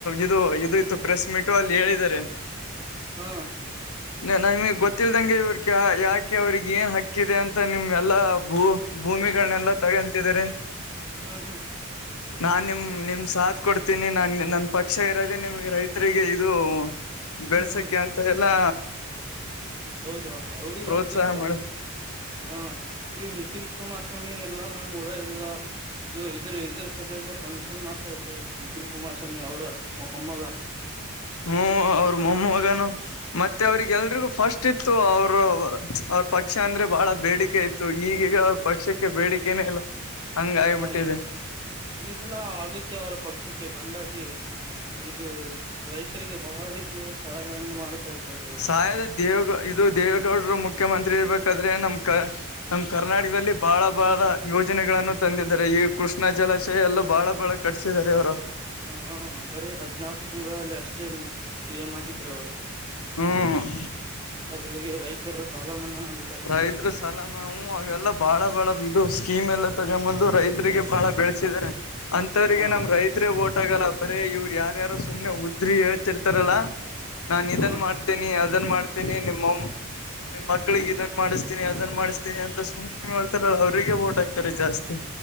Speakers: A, on the left; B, on the right.
A: ಇದು ಇದು ಇತ್ತು ಪ್ರೆಸ್ ಮೀಟು ಅಲ್ಲಿ ಹೇಳಿದ್ದಾರೆ
B: ಹಾ <inaudible>
A: ನಮಗ್ ಗೊತ್ತಿಲ್ದಂಗೆ ಇವ್ರಿಗೆ ಯಾಕೆ ಅವ್ರಿಗೆ ಏನ್ ಹಕ್ಕಿದೆ ಅಂತ ನಿಮ್ ಎಲ್ಲಾ ಭೂ ಭೂಮಿಗಳನ್ನೆಲ್ಲ
B: ಹ್ಮ
A: ತಗಂತಿದ್ರ
B: ಹ್ಮ್ ಹ್ಮ್
A: ನಾನ್ ನಿಮ್ ನಿಮ್ ಸಾತ್ ಕೊಡ್ತೀನಿ ನಾನ್ ನನ್ ಪಕ್ಷ ಇರದೆೇ ನಿಮ್ಗೆ ರೈತರಿಗೆ ಇದು ಬೆಳ್ಸಕ
B: ಹ್ಮ್ ಹ್ಮ್
A: ಅಂತ ಹಾ
B: ಹೌದಾ ಹೌದಂತತ
A: ಪ್ರೋತ್ಸಾಹ ಮಾಡ
B: ಹಾ ಇವ ನಿಖಿಲ್ ಕುಮಾರ್ಸ್ವಾಮಿ ಎಲ್ಲ ನಮ್ಮ್ ಊರ ಎಲ್ಲ ಇದು ಇದ್ರ ಇದ್ರ ಸಲಲ್ಲ ಫಂಕ್ಷನ್ ಮಾಡ್ತಾ ಇದ್ದಾರೆ ನಿಖಿಲ್ ಕುಮಾರ್ಸ್ವಾಮಿ ಅವರ ಮಮ್ಮಗ
A: ಹ್ಮ ಅವರು ಮೊಮೋ ಹಗಾನ ಮತ್ತೆ ಅವ್ರಿಗೆ ಎಲ್ರಿಗೂ ಫಸ್ಟ್ ಇತ್ತು ಅವರು ಅವ್ರ ಪಕ್ಷ ಅಂದ್ರೆ ಬಹಳ ಬೇಡಿಕೆ ಇತ್ತು ಈಗೀಗ ಅವ ಪಕ್ಷಕ್ಕೆ ಬೇಡಿಕೆನ ಇಲ್ಲ ಹಂಗ ಆಗ್ಬಿಟ್ಟಿದೆ
B: ಹ ಈ ಈ ಸಲ ಆಗುತ್ತೆ ಅವ್ರ ಪಕ್ಷಕ್ಕೆ ಕಂಡಾಟಿ ಇದು ರೈತರಿಗೆ ಬಹಳ ರೀತಿಯ ಸಹಾಯವನ್ನು ಮಾಡ್ತಾ ಇದ್ದಾರೆ ಅವರು
A: ಸಹದ ದೇವೇಗೌ ಇದು ದೇವೇಗೌಡರು ಮುಖ್ಯಮಂತ್ರಿ ಇರ್ಬೇಕಾದ್ರೆ ನಮ್ ಕ ನಮ ಕರ್ನಾಟಕದಲ್ಲಿ ಬಹಳ ಬಹಳ ಯೋಜನೆಗಳನ್ನು ತಂದಿದ್ದಾರೆ ಈ ಕೃಷ್ಣ ಜಲಾಶಯ ಎಲ್ಲ ಬಹಳ ಬಾಳ ಕಟ್ಿಸಿದ್ದಾರೆ ಅವರ
B: ಹ ಹಾ ಬರೀ ಹದ್ನಾಾಲ್ಕು ತಿಂಗಳಲ್ಲಿ ಅಷ್ಟೇ ಸಿ ಎಂ್ ಆಗಿದರು ಅವರು
A: ಹ್ಮ್
B: ಅದರೊಳಗೆ ರೈತರ ಸಾಲ ಮನ್ನಾ ಮಾಡ
A: ರೈತರು ಸಾಲ ಹಾ ಅವೆಲ್ಲಾ ಬಾಳ ಬಾಳ ಇದು ಸ್ಕೀಮ್ ಎಲ್ಲ ತಗೊಂಬಂದು ರೈತರಿಗೆ ಬಾಳ ಬೆಳಸಿದೆ ಅಂತವ್ರಿಗೆ
B: ಹಾ
A: ನಮ್ ರೈತ್ರೇ ಓಟ್ ಆಗಲ್ಲ ಬರೀ ಇವ್ರು ಯಾರ್ಯಾರು ಸುಮ್ನೆ ಉದ್ರಿ ಹೇಳ್ತಿರ್ತಾರಲ್ಲ ನಾನ್ ಇದನ್
B: ಹಾ
A: ಮಾಡ್ತೇನೆಿ ಅದನ್ ಮಾಡ್ತೇನಿ ನಿಮ್ಮಮ್ಮ ನಿಮ್ ಮಕ್ಳಿಗೆ ಇದನ್ ಮಾಡಿಸ್ತೀಿ ಅದನ್ ಮಾಡಿಸ್ತೀನಿ ಅಂತ ಸು್ನೆ ಮಾಡೇಳ್ತಾರಲ್ಲ ಅವ್ರರಿಗೆ ಬೋಟ್ ಆಗ್ತಾರೆ ಜಾಸ್ತಿ